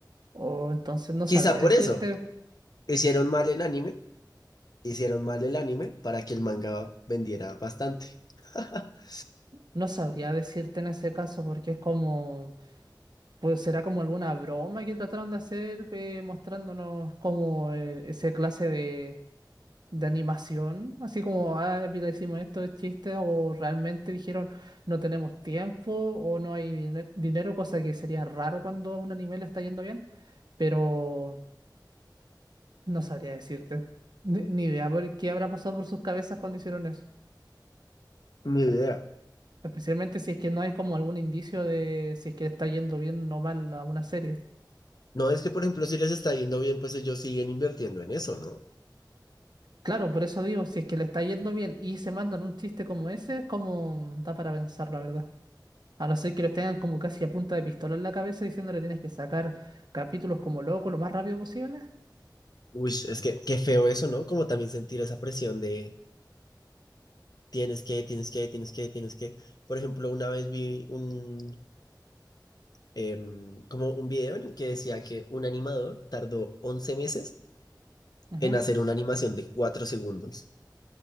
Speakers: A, on the right; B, on the left.
A: O entonces no
B: Quizá
A: sabría
B: por
A: decirte,
B: eso hicieron mal el anime, hicieron mal el anime para que el manga vendiera bastante. <laughs>
A: no sabría decirte en ese caso porque es como... Pues será como alguna broma que trataron de hacer eh, mostrándonos como eh, esa clase de, de animación, así como, ah, mira, hicimos esto, es chiste, o realmente dijeron no tenemos tiempo o no hay diner- dinero, cosa que sería raro cuando a un anime le está yendo bien, pero no sabría decirte. Ni, ni idea por qué habrá pasado por sus cabezas cuando hicieron eso.
B: Ni idea.
A: Especialmente si es que no hay como algún indicio de si es que está yendo bien o mal a una serie.
B: No, es que, por ejemplo, si les está yendo bien, pues ellos siguen invirtiendo en eso, ¿no?
A: Claro, por eso digo, si es que le está yendo bien y se mandan un chiste como ese, es como da para pensar, la verdad. A no ser que los tengan como casi a punta de pistola en la cabeza diciéndole tienes que sacar capítulos como loco lo más rápido posible.
B: Uy, es que qué feo eso, ¿no? Como también sentir esa presión de tienes que, tienes que, tienes que, tienes que. Por ejemplo, una vez vi un, em, como un video en el que decía que un animador tardó 11 meses
A: Ujú.
B: en hacer una animación de 4 segundos,